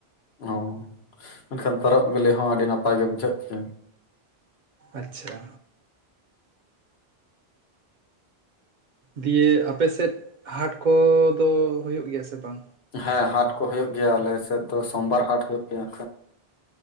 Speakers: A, on the left; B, on the right.
A: ᱚ ᱢᱮᱱᱠᱷᱟᱱ ᱛᱚᱨᱚᱵ ᱵᱤᱞᱤ ᱦᱚᱸ ᱟᱹᱰᱤ ᱱᱟᱯᱟᱭ ᱜᱮ ᱵᱩᱡᱷᱟᱹᱜ ᱜᱮᱭᱟ᱾
B: ᱟᱪᱷᱟ ᱫᱤᱭᱟ. ᱟᱯᱮᱥᱮᱫ ᱦᱟᱴ ᱠᱚᱫᱚ ᱦᱩᱭᱩᱜ ᱜᱮᱭᱟ ᱥᱮ ᱵᱟᱝ?
A: ᱦᱮᱸ ᱦᱟᱴ ᱠᱚ ᱦᱩᱭᱩᱜ ᱜᱮᱭᱟ ᱟᱞᱮᱥᱮᱫ ᱫᱚ ᱥᱚᱢᱵᱟᱨ ᱦᱟᱴ ᱦᱩᱭᱩᱜ ᱜᱮᱭᱟ᱾